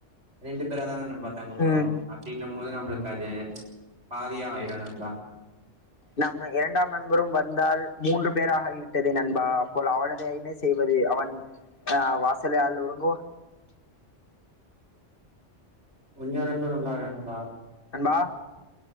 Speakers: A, on the right; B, on the left.
A: ரெண்டு பேரா தானே நண்பான் தங்க போறோம்
B: ம்
A: அப்டின்னும் போது நம்மளுக்கு அது பாதியா ஆயிடும் நண்பா
B: நம்ம இரண்டாம் நண்பரும் வந்தால் மூன்று பேர் ஆகி விட்டதே நண்பா அப்போல் அவனையதே என்னே செய்வது அவன் அஹ் வாசல்லய உரங்குவா
A: உஞ்சா நண்பர்கள் உள்ளார் என்றா
B: நண்பா